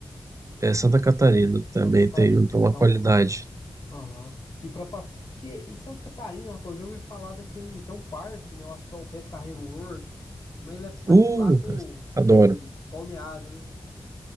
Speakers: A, on the right; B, on the left.
A: É, Santa Catarina
B: Santa
A: também
B: Catarina.
A: tem então,
B: Então,
A: uma qualidade.
B: Aham. E para passar. E, e Santa Catarina, rapaz, eu já ouvi falar daquele. Tem um parque, né? Eu acho que é o Beto Carreiro World. Mas ele é mais
A: Uh,
B: pro lado
A: adoro.
B: de Balneário, né?